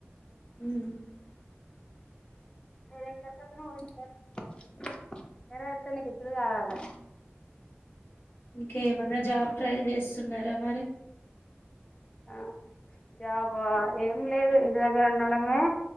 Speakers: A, on the left (about 55°); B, on the left (about 20°).
A: <unintelligible>
B: <unintelligible>
A: ఇంక ఏమన్నా జాబ్ ట్రయల్ చేస్ స్తూన్నారా మరి
B: ఆ జబా ఏం లేదు ఇంటి దగ్గర ఉండడమే